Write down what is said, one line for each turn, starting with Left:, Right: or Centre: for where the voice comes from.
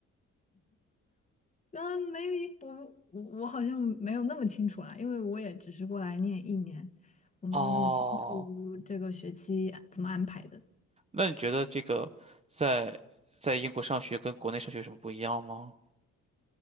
Left: 嗯，maybe 我我我好像没有那么清楚啦，因为我也只是过来念一年，我没有那么清楚这个学期怎么安排的。
Right: 哦，那你觉得这个在在英国上学跟国内上学有什么不一样吗？